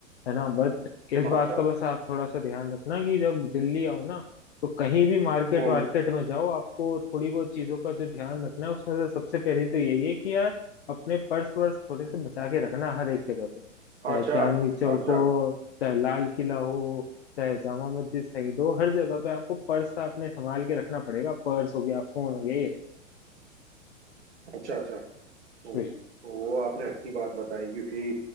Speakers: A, on the left; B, on the right.
A: है ना बट इस बात
B: अच्छा
A: का बस आप थोड़ा सा ध्यान रखना कि जब दिल्ली आओ ना तो कहीं भी मार्केट
B: हम्म
A: वार्केट में जाओ आपको थोड़ी बहुत चीजों का जो ध्यान रखना है उसमें से सबसे पहले तो यही है कि यार अपने पर्स वर्स थोड़े से बचा के रखना हर एक जगह पे चाहे
B: अच्छा
A: चांदनी चौक
B: अच्छा
A: हो चाहे लाल किला हो चाहे जामा मस्जिद साइड हो हर जगह पे आपको पर्स का अपने संभाल के रखना पड़ेगा पर्स हो गया फोन हो गया ये
B: अच्छा अच्छा हम्म,
A: सब
B: वो आपने अच्छी बात बताई क्योंकि